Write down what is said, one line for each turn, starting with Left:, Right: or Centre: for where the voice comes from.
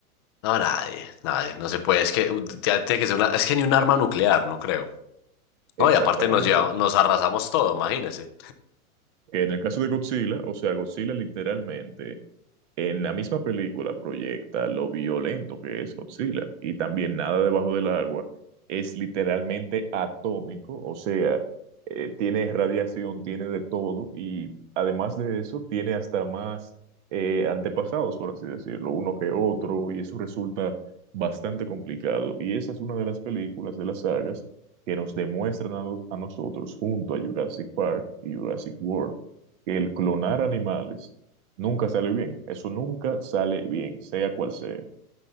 Left: no, nadie, nadie, no se puede, es que uh, ya tiene que ser una, es que ni un arma nuclear, no creo.
Right: No,
Left: No,
Right: y también, Exactamente.
Left: y aparte nos lleva- nos arrasamos todo, imagínese.
Right: Que en el caso de Godzilla, o sea, Godzilla literalmente en la misma película proyecta lo violento que es Godzilla y también nada debajo del agua es literalmente atómico, o sea, eh, tiene radiación, tiene de todo y además de eso tiene hasta más eh, antepasados, por así decirlo, uno que otro y eso resulta bastante complicado y esa es una de las películas de las sagas que nos demuestran a, los- a nosotros junto a Jurassic Park y Jurassic World que el clonar animales Nunca sale bien, eso nunca sale bien, sea cual sea.